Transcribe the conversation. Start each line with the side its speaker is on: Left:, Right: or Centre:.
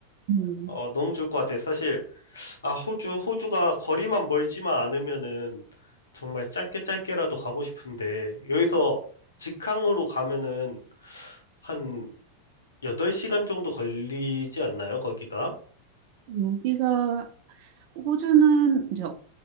Right: 음,
Left: 어, 너무 좋을 것 같아요. 사실, 아, 호주, 호주가 거리만 멀지만 않으면은 정말 짧게 짧게라도 가고 싶은데, 여기서 직항으로 가면은 한 8시간 정도 걸리지 않나요, 거기가?
Right: 여기가 호주는 이제